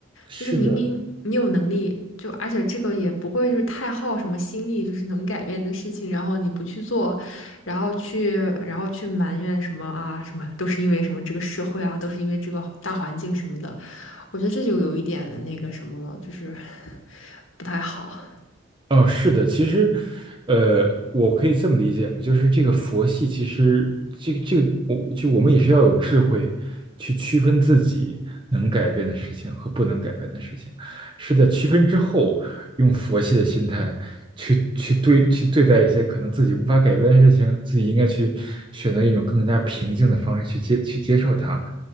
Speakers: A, on the right (about 25°); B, on the left (about 85°).
A: 是的，
B: 就是明明你有能力，就而且这个也不会就是太耗什么心力，就是能改变的事情，然后你不去做，然后去然后去埋怨什么啊什么，都是因为什么这个社会啊，都是因为这个大环境什么的。我觉得这就有一点那个什么了，就是 <laughs> 不太好。
A: 哦，是的，其实，呃，我可以这么理解嘛，就是这个佛系，其实这个这个，我就我们也是要有智慧去区分自己能改变的事情和不能改变的事情。是在区分之后，用佛系的心态去去对去对待一些可能自己无法改变的事情，自己应该去选择一种更加平静的方式去接去接受它。